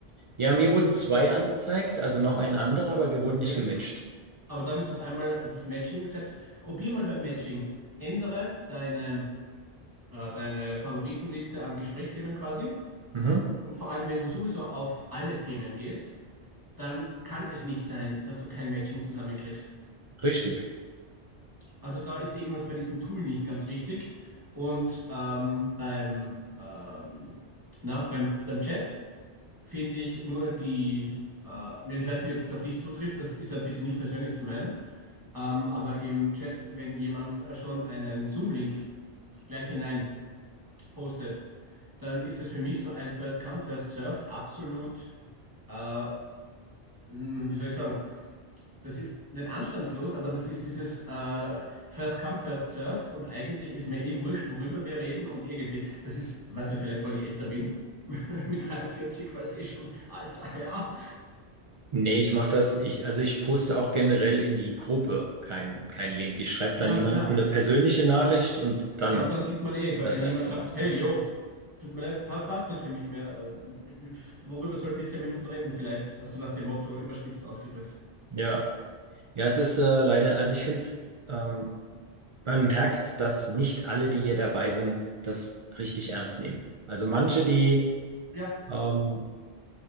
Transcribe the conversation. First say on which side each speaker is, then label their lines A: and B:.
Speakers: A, on the right (about 55°); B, on the right (about 20°).
A: Ja, mir wurden zwei angezeigt, also noch ein anderer, aber wir wurden nicht
B: Ja, die,
A: gematcht.
B: aber dann ist auf einmal äh, das Matching selbst. Probier mal beim Matching. Ändere deine, äh, deine Favoritenliste an Gesprächsthemen quasi.
A: Mhm,
B: Und vor allem, wenn du sowieso auf alle Themen gehst, dann kann es nicht sein, dass du kein Matching zusammenkriegst.
A: richtig.
B: Also da ist irgendwas bei diesem Tool nicht ganz richtig. Und ähm, beim, ähm, na, beim, beim Chat finde ich nur die, äh, wenn ich weiß nicht, ob das auf dich zutrifft, das ist dann bitte nicht persönlich zu meinen, ähm, aber im Chat, wenn jemand äh, schon einen Zoom-Link gleich hinein postet, dann ist das für mich so ein First Come, First Served absolut, äh, mh, wie soll ich sagen? das ist nicht anstandslos, aber das ist dieses äh, First Come, First Served und eigentlich ist mir eh wurscht, worüber wir reden und irgendwie, das ist, weiß nicht, vielleicht weil ich älter bin, <laughs> mit 43, weißt du eh schon, alter Herr.
A: Nee, ich mache das, ich, also ich poste auch generell in die Gruppe kein, kein Link. Ich schreibe
B: Ja,
A: dann jemandem
B: na, äh,
A: eine persönliche Nachricht und dann
B: ja, und dann sieht man eh,
A: wird
B: weil
A: das
B: wenn
A: erst
B: jemand
A: gemacht,
B: schreibt, hey,
A: ne?
B: yo, tut mir leid, pa passt nicht für mich mehr, äh, worüber sollen wir zehn Minuten reden vielleicht, so also nach dem Motto, überspitzt ausgedrückt.
A: Ja. Ja, es ist äh, leider, also ich finde, ähm, man merkt, dass nicht alle, die hier dabei sind, das richtig ernst nehmen. Also manche, die,
B: Ja,
A: ähm,